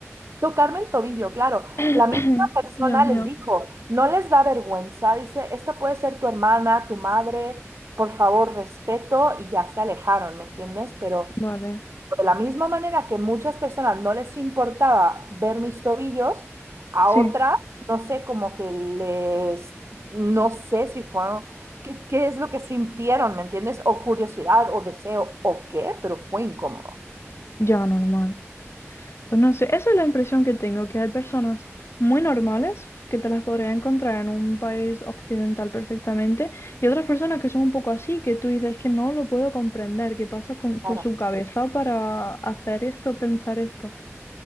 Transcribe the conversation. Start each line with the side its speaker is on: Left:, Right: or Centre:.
Right: Tocarme el tobillo, claro.
Left: <coughs>
Right: La misma
Left: <clears throat>
Right: persona
Left: Dios mío.
Right: les dijo, no les da vergüenza, dice, esta puede ser tu hermana, tu madre, por favor, respeto, y ya se alejaron, ¿me entiendes? Pero
Left: Vale,
Right: de la misma manera que muchas personas no les importaba ver mis tobillos, a
Left: Sí,
Right: otras, no sé, como que les, no sé si fue, qué, qué es lo que sintieron, ¿me entiendes? O curiosidad o deseo o qué, pero fue incómodo.
Left: ya normal. Pues no sé, esa es la impresión que tengo, que hay personas muy normales que te las podría encontrar en un país occidental perfectamente y otras personas que son un poco así, que tú dices que no lo puedo comprender, que pasa con-
Right: Claro,
Left: por su cabeza para hacer esto, pensar esto.